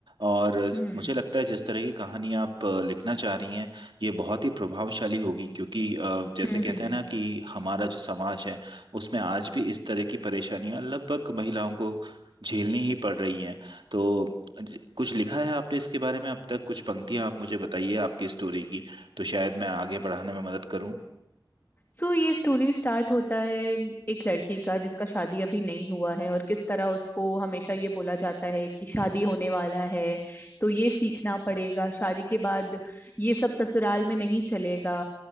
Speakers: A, on the right (about 85°); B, on the left (about 25°).
A: और
B: हम्म
A: मुझे लगता है जिस तरह की कहानी आप अ, लिखना चाह रही हैं ये बहुत ही प्रभावशाली होगी क्योंकि अ, जैसे
B: हम्म
A: कहते
B: हम्म
A: हैं ना कि हमारा जो समाज है उसमें आज भी इस तरह की परेशानियां लगभग महिलाओं को झेलनी ही पड़ रही हैं तो ज- कुछ लिखा है आपने इसके बारे में अब तक कुछ पंक्तियां आप मुझे बताइए आपकी स्टोरी की तो शायद मैं आगे बढ़ाने में मदद करूं
B: सो ये स्टोरी स्टार्ट होता है एक लड़की का जिसका शादी अभी नहीं हुआ है और किस तरह उसको हमेशा ये बोला जाता है कि शादी होने वाला है तो ये सीखना पड़ेगा शादी के बाद ये सब ससुराल में नहीं चलेगा